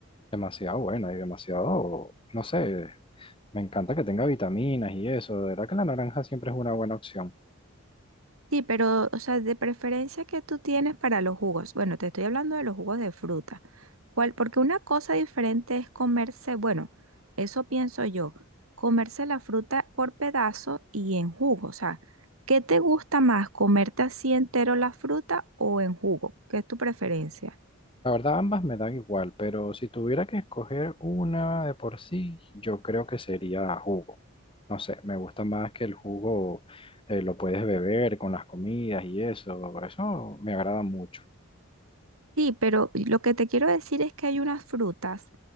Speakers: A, on the left; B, on the right.
A: Demasiado buena y demasiado, no sé, me encanta que tenga vitaminas y eso. De verdad que la naranja siempre es una buena opción.
B: Sí, pero, o sea, de preferencia que tú tienes para los jugos. Bueno, te estoy hablando de los jugos de fruta. ¿Cuál? Porque una cosa diferente es comerse, bueno, eso pienso yo, comerse la fruta por pedazo y en jugo. O sea, ¿qué te gusta más, comerte así entero la fruta o en jugo? ¿Qué es tu preferencia?
A: La verdad, ambas me dan igual, pero si tuviera que escoger una de por sí, yo creo que sería jugo. No sé, me gusta más que el jugo eh, lo puedes beber con las comidas y eso, eso me agrada mucho.
B: Sí, pero lo que te quiero decir es que hay unas frutas